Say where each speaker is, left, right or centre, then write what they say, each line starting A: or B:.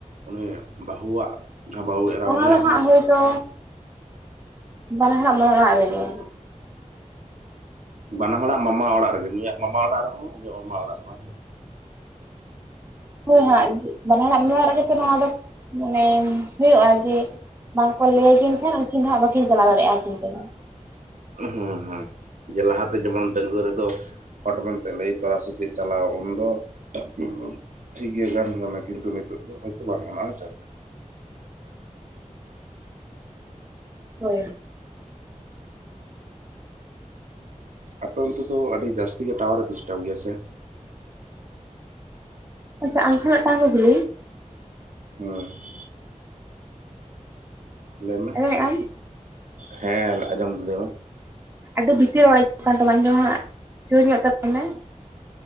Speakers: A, on the right; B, on the right.
A: ᱩᱱᱤ ᱵᱟᱹᱦᱩᱣᱟᱜ ᱡᱟᱦᱟᱸ ᱵᱟᱹᱦᱩ ᱮᱨᱟ
B: ᱚᱱᱟ
A: ᱩᱱᱤᱭᱟᱜ
B: ᱫᱚ ᱦᱟᱸᱜ
A: ᱦᱚᱸ
B: ᱦᱳᱭᱛᱚ᱾ ᱵᱟᱨ ᱦᱚᱲᱟᱜ ᱢᱟᱢᱟ ᱚᱲᱟᱜ ᱨᱮᱜᱮ
A: ᱵᱟᱱᱟ ᱦᱚᱲᱟᱜ ᱢᱟᱢᱟ ᱚᱲᱟᱜ ᱨᱮᱜᱮ ᱱᱩᱭᱟᱜ ᱢᱟᱢᱟ ᱚᱲᱟᱜ ᱨᱮᱦᱚᱸ ᱩᱱᱩᱟᱜ ᱢᱟᱢᱟ ᱚᱲᱟᱜ ᱨᱮᱢᱟ
B: ᱦᱳᱭ ᱦᱟᱸᱜ ᱵᱟᱱᱟᱦᱟᱜ ᱢᱮ ᱨᱮᱜᱮ ᱛᱚ ᱱᱚᱣᱟ ᱫᱚ ᱢᱟᱱᱮ ᱦᱩᱭᱩᱜᱼᱟ ᱡᱮ ᱵᱟᱝᱠᱚ ᱞᱟᱹᱭ ᱟᱹᱠᱤᱱ ᱠᱷᱟᱱ ᱩᱱᱠᱤᱱ ᱫᱚ ᱦᱟᱸᱜ ᱵᱟᱠᱤᱱ ᱪᱟᱞᱟᱣ ᱫᱟᱲᱮᱭᱟᱜᱼᱟ᱾ ᱟᱹᱠᱤᱱ ᱛᱮᱫᱚ
A: ᱦᱮᱸ ᱦᱩᱸ ᱡᱮ ᱞᱟᱦᱟᱛᱮ ᱡᱮᱢᱚᱱ ᱰᱟᱺᱜᱩᱣᱟᱹ ᱨᱮᱫᱚ ᱦᱚᱴ ᱢᱮᱱᱛᱮ ᱞᱟᱹᱭ ᱛᱚᱨᱟ ᱥᱮ ᱪᱮᱫ ᱪᱟᱞᱟᱣ ᱩᱱᱫᱚ <unintelligible> ᱴᱷᱤᱠ ᱜᱮᱭᱟ ᱠᱤᱱᱛᱩ ᱱᱤᱛᱚᱜ ᱫᱚ ᱦᱚᱭᱛᱚ ᱵᱟᱝ ᱜᱟᱱᱚᱜᱼᱟ ᱦᱮᱸᱥᱮ?
B: ᱦᱳᱭ
A: ᱟᱯᱮ ᱚᱱᱛᱮ ᱫᱚ ᱟᱹᱰᱤ ᱡᱟᱹᱥᱛᱤ ᱜᱮ ᱴᱟᱣᱟᱨᱮ ᱰᱤᱥᱴᱟᱵ ᱜᱮᱭᱟᱥᱮ?
B: ᱟᱪᱷᱟ ᱟᱢ ᱴᱷᱮ ᱢᱤᱫ ᱴᱟᱝ ᱠᱩᱠᱞᱤ
A: <unintelligible> ᱞᱟᱹᱭ ᱢᱮ
B: ᱟᱸᱡᱚᱢᱮᱫ ᱟᱢ
A: ᱦᱮᱸ ᱟᱸᱡᱚᱢ ᱫᱟ. ᱧ <unintelligible>
B: ᱟᱹᱰᱤ ᱵᱷᱤᱛᱤᱨ ᱨᱚᱲ ᱟᱸᱡᱚᱢᱚᱜ ᱠᱟᱱ ᱛᱟᱢᱟ ᱤᱧ ᱫᱚ ᱦᱟᱸᱜ ᱡᱳᱨ ᱧᱚᱜ ᱛᱮ ᱨᱚᱲ ᱢᱮ